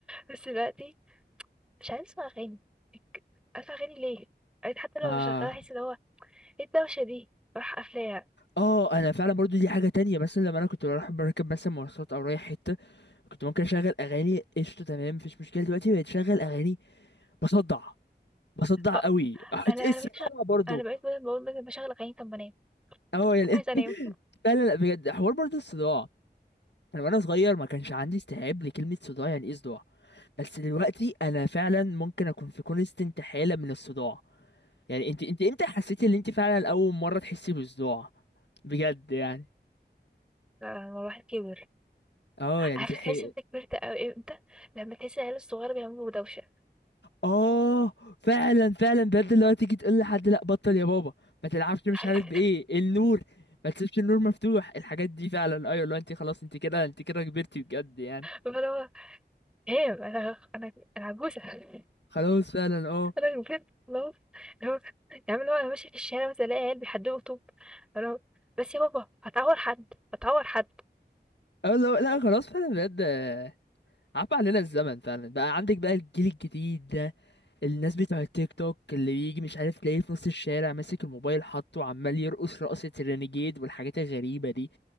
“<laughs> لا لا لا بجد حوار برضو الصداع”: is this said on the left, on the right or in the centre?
Left